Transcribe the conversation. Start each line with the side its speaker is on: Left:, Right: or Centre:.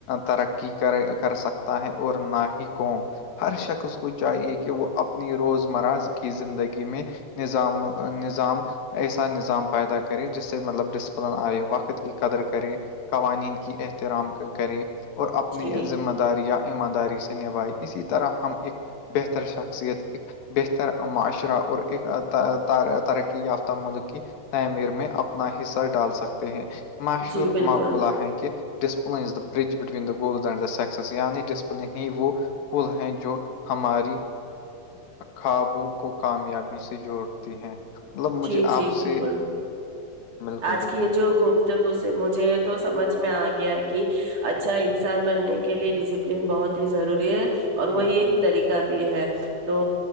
Left: ترقی کرے کر سکتا ہے اور نہ ہی کووم ہر شخص کو چاہیے کہ وہ اپنی روزمرہ کی زندگی میں نظام نظام ایسا نظام پیدا کرے جس سے مطلب ڈسپلن آئے وقت کی قدر کرے قوانین کی احترام کرے اور اپنی
Right: جی
Left: ذمہ داری یا ایمانداری سے نبھائی اسی طرح ہم ایک بہتر شخصیت ا بہتر معاشرہ اور ایک ترقی یافتہ ملک کی تعمیر میں اپنا حصہ ڈال سکتے ہیں مشور
Right: جی بالکل
Left: معقلہ ہیں کہ discipline is the bridge between the goals and سکسیسیعنی ڈسپلن ہی وہ پل ہیں جو ہماری خوابوں کو کامیابی سے جوڑتے ہیں مطلب مجھے
Right: جی جی
Left: آپ
Right: بالکل
Left: سے بالکل
Right: آج
Left: بالکل
Right: کی یہ جو گفتگ مجھے تو سمجھ میں آ گیا کہ اچھا انسان بننے کے لیے ڈسپلین بہت ہی ضروری ہے اور وہی
Left: بالکل
Right: ایک طریقہ بھی ہے تو